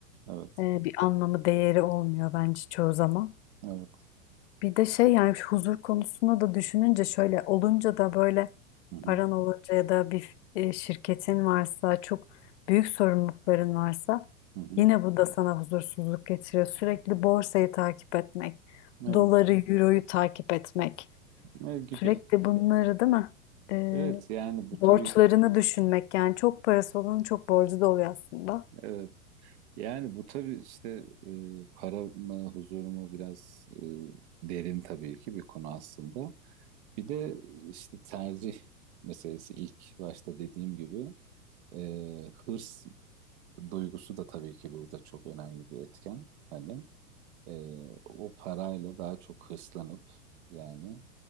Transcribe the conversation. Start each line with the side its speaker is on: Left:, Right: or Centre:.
Right: Evet.
Left: e, bir anlamı değeri olmuyor bence çoğu zaman.
Right: Evet.
Left: Bir de şey yani şu huzur konusunu da düşününce şöyle olunca da böyle
Right: Hı hı.
Left: paran olunca ya da bir e, şirketin varsa çok büyük sorumlulukların varsa
Right: Hı hı.
Left: yine bu da sana huzursuzluk getiriyor. Sürekli borsayı takip etmek,
Right: Evet.
Left: doları, euroyu takip etmek,
Right: Ne gibi.
Left: sürekli bunları değil mi? E,
Right: Evet yani bu tabii
Left: borçlarını
Right: ki
Left: düşünmek yani çok parası olanın çok borcu da oluyor aslında.
Right: evet. Yani bu tabii işte e, para mı huzur mu biraz e, derin tabii ki bir konu aslında. Bir de işte tercih meselesi ilk başta dediğim gibi e, hırs duygusu da tabii ki burada çok önemli bir etken. Hani e, o parayla daha çok hırslanıp yani